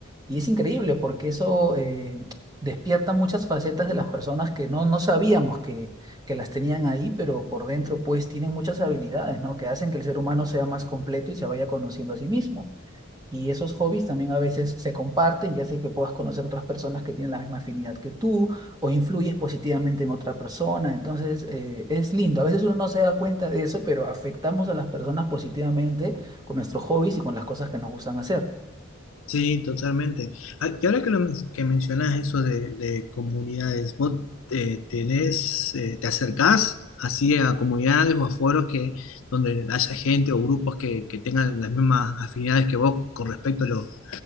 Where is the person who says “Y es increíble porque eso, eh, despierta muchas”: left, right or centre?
Right